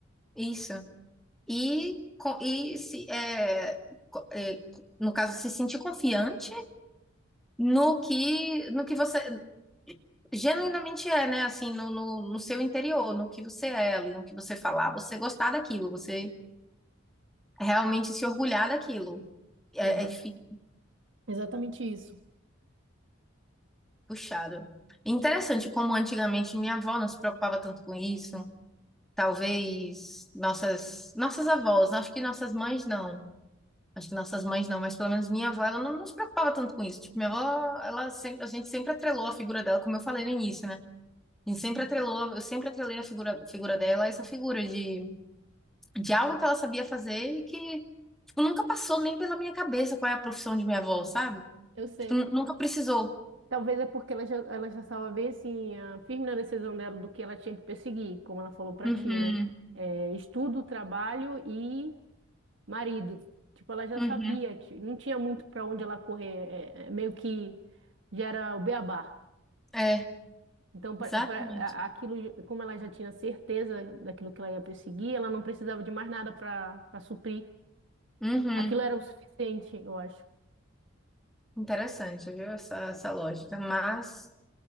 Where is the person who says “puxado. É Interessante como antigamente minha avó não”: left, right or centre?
Centre